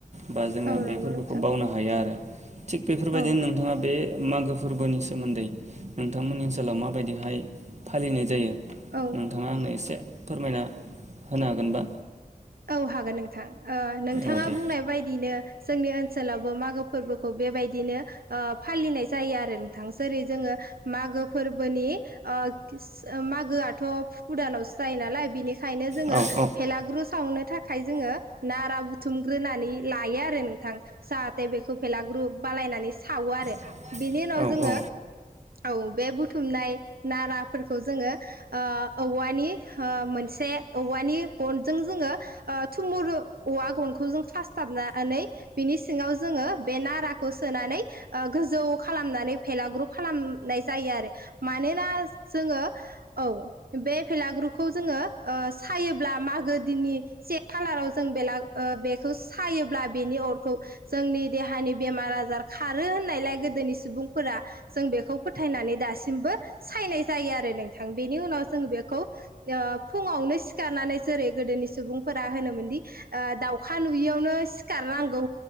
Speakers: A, on the right; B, on the right.
A: बा जोङो
B: औ
A: बे
B: नंगौ
A: फोरबोखौ
B: नोंथां
A: बावनो हाया आरो। थिक बेफोरबायदिनो
B: औ
A: नोंथाङा बे मागो फोरबोनि सोमोन्दै नोंथांमोननि ओनसोलाव माबायदिहाय फालिनाय जायो
B: औ
A: नोंथाङा आंनो एसे फोरमायना होनो हागोनबा?
B: औ हागोन नोंथां ओ नोंथाङा
A: औ दे
B: बुंनाय बायदिनो जोंनि ओनसोलावबो मागो फोरबोखौ बेबायदिनो ओ फालिनाय जायो आरो नोंथां जेरै जोङो मागो फोरबोनि ओ किस ओ मागोआथ' भुक दानावसो जायो नालाय बिनिखायनो जोङो
A: नालाय
B: भेलाग्रुस खावनो थाखाय जोङो नारा बुथुमग्रोनानै लायो आरो नोंथां जा थे बेखौ फेलाग्रुप बालायनानै सावो आरो
A: सावो
B: बिनि उनाव जोङो औ बे बुथुमनाय नाराफोरखौ जोङो ओ औवानि ओ मोनसे औवानि गन जों जोङो ओ थुमुरु औवा गनखौ जों खासथाबनानै बेनि सिङाव जोङो बे नारा खौ सोनानै ओ गोजौ खालामनानै भेलाग्रु खालामनाय जायो आरो। मानोना जोङो औ बे भेलाग्रुखौ जोङो ओ साइयोब्ला मागो दिननि से खालाराव जों बेला ओ बेखौ साइयोब्ला बेनि अरखौ जोंनि देहानि बेमार आजार खारो होननायलाय गोदोनि सुबुंफोरा जों बेखौ फोथायनानै दासिमबो सायनाय जायो आरो नोंथां बेनि उनाव जों बेखौ ओ फुङावनो सिखारनानै जेरै गोदोनि सुबुंफोरा होनोमोनदि ओ दाउखा नुयियावनो सिखारनांगौ